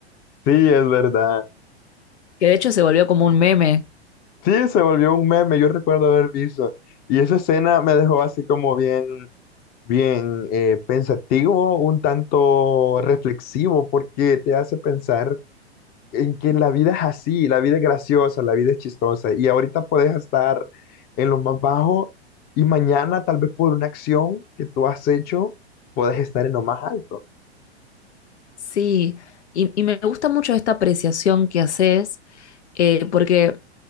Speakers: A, on the left; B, on the left.
A: Sí, es verdad.
B: Que de hecho se volvió como un meme.
A: Sí, se volvió un meme, yo recuerdo haber visto. Y esa escena me dejó así como bien, bien eh, pensativo, un tanto reflexivo, porque te hace pensar en que la vida es así, la vida es graciosa, la vida es chistosa. Y ahorita puedes estar en lo más bajo y mañana, tal vez por una acción que tú has hecho, puedes estar en lo más alto.
B: Sí, y, y me gusta mucho esta apreciación que haces, eh, porque